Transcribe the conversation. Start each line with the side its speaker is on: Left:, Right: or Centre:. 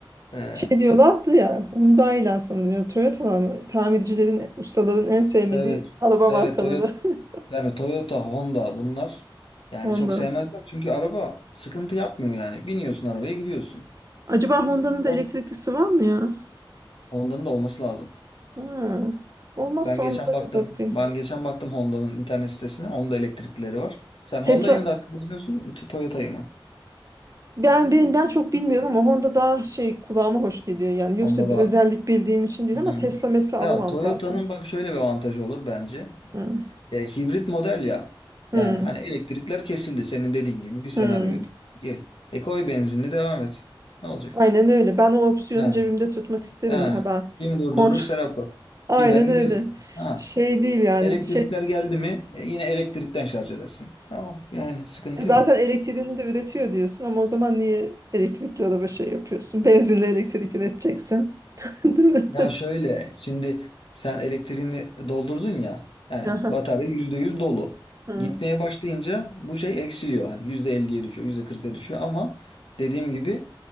Left: Ee,
Right: <laughs> şey diyorlardı ya Hyundai'ler sanırım ya da Toyota'lar mı? Tamircilerin ustaların en sevmediği
Left: evet.
Right: araba
Left: Evet
Right: markaları
Left: Toyota
Right: <laughs>
Left: yani Toyota, Honda bunlar yani
Right: Honda.
Left: çok sevmezler çünkü araba sıkıntı yapmıyor yani. Biniyorsun arabaya gidiyorsun.
Right: Acaba Honda'nın da
Left: O
Right: elektriklisi var mı ya?
Left: Honda'nın da olması lazım.
Right: Ha, olmazsa
Left: Ben geçen
Right: ona da
Left: baktım.
Right: bir bakayım.
Left: Ben geçen baktım Honda'nın internet sitesine. Honda elektriklileri var. Sen
Right: Tesla
Left: Honda'yı mı daha çok beğeniyorsun, Toyota'yı mı?
Right: ben, ben ben çok bilmiyorum ama Honda daha şey kulağıma hoş geliyor yani. Yoksa
Left: Honda da
Right: bir özellik bildiğim için değil
Left: Hmm.
Right: ama Tesla mesela
Left: Ya
Right: alamam
Left: Toyota'nın
Right: zaten.
Left: bak şöyle bir avantajı olur bence.
Right: Hı,
Left: Ya, hibrit model ya.
Right: hı,
Left: Yani hani elektrikler kesildi senin dediğin gibi bir senaryo.
Right: hı.
Left: Ye- E koy benzinli devam et. Ne olacak?
Right: Aynen öyle. Ben o opsiyonu
Left: Ha,
Right: cebimde tutmak isterim
Left: ha.
Right: ya ben.
Left: Kim durdurur
Right: Kont
Left: Serap'ı?
Right: <laughs> Aynen
Left: Biner gidersin.
Right: öyle.
Left: Ha.
Right: Şey değil yani.
Left: Elektrikler
Right: Şey
Left: geldi mi e, yine elektrikten şarj edersin. Tamam yani sıkıntı
Right: zaten
Left: yok.
Right: elektriğini de üretiyor diyorsun ama o zaman niye elektrikli araba şey yapıyorsun? Benzinle elektrik üreteceksin. <laughs> Değil mi?
Left: Ya şöyle şimdi sen elektriğini doldurdun ya yani
Right: Aha.
Left: batarya %100 dolu.
Right: Hı.
Left: Gitmeye başlayınca bu şey eksiliyor. Hani yüzde elliye düşüyor, yüzde kırk'a düşüyor ama dediğim gibi